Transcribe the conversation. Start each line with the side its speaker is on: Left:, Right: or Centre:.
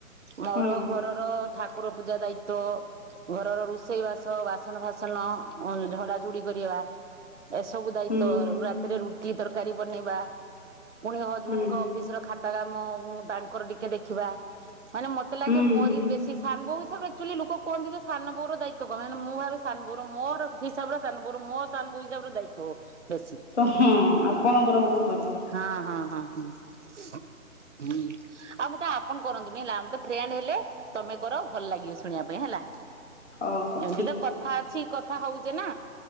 Right: ମୋର
Left: ହୁଁ
Right: ଘର ଘର ଠାକୁର ପୂଜା ଦାୟିତ୍ଵ। ଘରର ରୋଷେଇ ବାସ ବାସନ ଫାସନ ଝଡା ଝୁଡି କରିବା। ଏସବୁ ଦାୟିତ୍ଵ
Left: ହୁଁ
Right: ରାତିରେ ରୁଟି ତରକାରୀ ବନେଇବା ପୁଣି ହଜବେଣ୍ଡଙ୍କ
Left: ହୁଁ
Right: ଅଫିସ ର ଖାତା କାମ ତାଙ୍କର ଟିକେ ଦେଖିବା। ମାନେ ମତେ ଲାଗେ
Left: ହୁଁ
Right: ମୋରି
Left: ହୁଁ
Right: ବେଶୀ ସାନ ବୋହୂ ହିସାବରେ ଲୋକ କୁହନ୍ତି ଯେ ସାନ ବୋର ଦାୟିତ୍ୱ କମ୍ ମାନେ ମୁଁ ଭାବେ ସାନବୋହୂ ମୋର ହିସାବରେ ସାନବୋହୂ ମୋ ସାନ ବୋହୂ ହିସାବରେ ଦାୟି ତ ବେଶି
Left: ତ ହଁ ଆପଣଙ୍କର ବହୁତ ଅଧିକା
Right: ହଁ ହଁ ହଁ ହଁ। ହୁଁ ଆଉ ମତେ ଆପଣ କରନ୍ତୁନି ହେଲା ଆମେ ତ ଫ୍ରେଣ୍ଡ ହେଲେ ତମେ କର ଭଲ ଲାଗିବ ଶୁଣିବା ପାଇଁ ହେଲା
Left: ହଉ ହଉ
Right: ଏମତି
Left: ଠିକ
Right: ତ କଥା ଅଛି। କଥା ହଉଚେ ନା